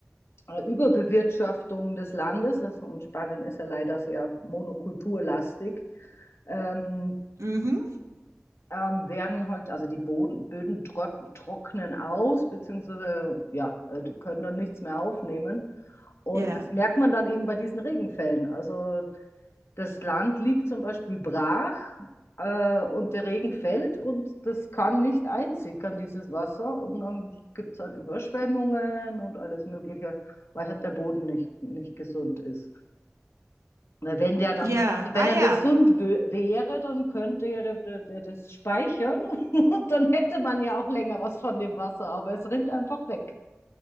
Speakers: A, on the left; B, on the right.
A: äh, Überbewirtschaftung des Landes, also und Spanien ist ja leider sehr monokulturlastig, ähm,
B: Mhm.
A: ähm, werden halt, also die Boden, Böden trock, trocknen aus, beziehungsweise ja, äh, die können dann nichts mehr aufnehmen. Und
B: Ja.
A: das merkt man dann eben bei diesen Regenfällen. Also das Land liegt zum Beispiel brach äh, und der Regen fällt und das kann nicht einsickern, dieses Wasser. Und dann gibt es halt Überschwemmungen und alles Mögliche, weil halt der Boden nicht, nicht gesund ist. Weil Wenn der dann,
B: Ja,
A: also wenn
B: ah
A: er
B: ja,
A: gesund wö- wäre, dann könnte ja der, der, der das speichern <laughs> und dann hätte man ja auch länger was von dem Wasser, aber es rinnt einfach weg.